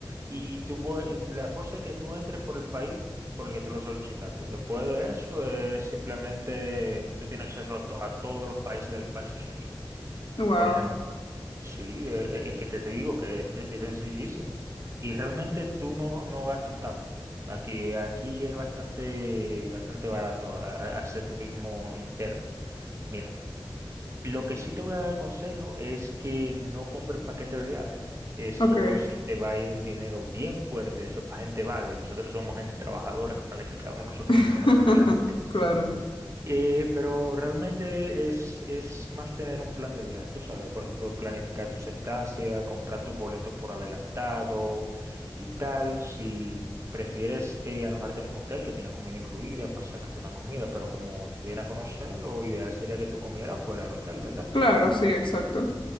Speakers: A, on the right; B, on the left.
A: Y tú, pue- la cosa es que tú entres por el país por el que tú lo solicitaste. Después de eso es simplemente tú tienes acceso a, to- a todos los países del espacio Schengen.
B: Wow,
A: Por ejemplo, sí, eh, eh, que te, te digo que es, es sencillísimo. Y realmente tú no, no gastas tanto. Aquí, aquí es bastante, bastante barato a- a- hacer turismo interno. Mira. Lo que sí te voy a dar consejo es que no compres paquete de viaje. Eso
B: ok.
A: se te va a ir un dinero bien fuerte. Eso es para gente vaga. Y nosotros somos gente trabajadora que planificamos nosotros
B: <laughs>
A: mismos nuestros viajes.
B: Claro,
A: Eh, pero realmente es, es más tener un plan de viaje, tú sabes. Por ejemplo, planificar tus estancias, comprar tus boletos por adelantado y tal. Si prefieres eh, alojarte en un hotel que tenga comida incluida, pasártete una comida. Pero como tú vienes a conocer, lo ideal sería que tú comieras fuera del hotel, ¿verdad?
B: claro, sí, exacto.